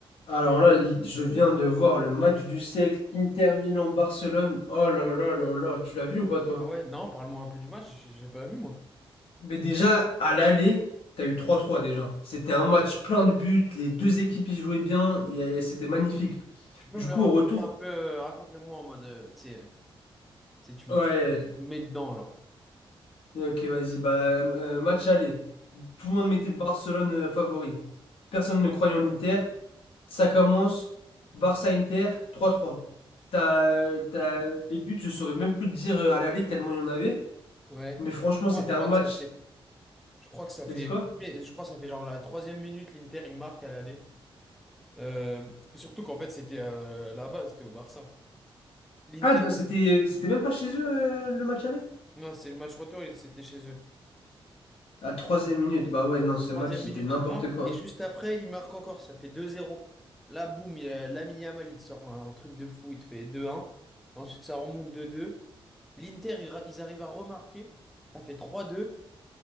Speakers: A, on the left (about 75°); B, in the centre.
A: Alors là, il- je viens de voir le match du siècle, Inter Milan-Barcelone. Oh là là là là, tu l'as vu ou pas toi?
B: Ah ouais, non, parle-moi un peu du match, j'ai j'ai pas vu moi.
A: Mais déjà, à l'aller, t'as eu trois trois déjà. C'était un match plein de buts, les deux équipes y jouaient bien, et c'était magnifique.
B: Tu peux
A: Du
B: me le
A: coup,
B: Ah, raconter
A: au retour,
B: un peu, euh, raconte-le-moi en mode, euh, tu sais, tu sais, tu
A: ouais,
B: me tu me mets dedans, genre.
A: Ok, vas-y. Bah, euh, match aller. Tout le monde mettait le Barcelone euh, favori. Personne ne croyait en Inter. Ça commence. Barça-Inter, trois trois T'as, euh, t'as... Les buts, je saurais même plus te dire euh, à l'aller tellement il y en avait.
B: Ouais.
A: Mais franchement, c'était
B: Moi, je
A: un
B: crois
A: match.
B: que ça fait, je crois que ça
A: T'as
B: fait,
A: dit quoi?
B: mais je crois que ça fait genre la troisième minute, l'Inter, il marque à l'aller. Euh, surtout qu'en fait, c'était euh, là-bas, c'était au Barça. L'Inter,
A: Ah, non, c'était, c'était même pas chez eux euh, le match aller?
B: non, c'est le match retour, il- c'était chez eux.
A: À troisième minute. Bah ouais, non, ce match,
B: Troisième
A: c'était
B: minute,
A: n'importe
B: il marque,
A: quoi.
B: et juste après, il marque encore, ça fait deux zéro Là, boum, il, euh, Lamine Yamal, il te sort un, un truc de fou, il te fait deux un Ensuite, ça remonte deux deux L'Inter, ils, ra- ils arrivent à remarquer. Ça fait trois deux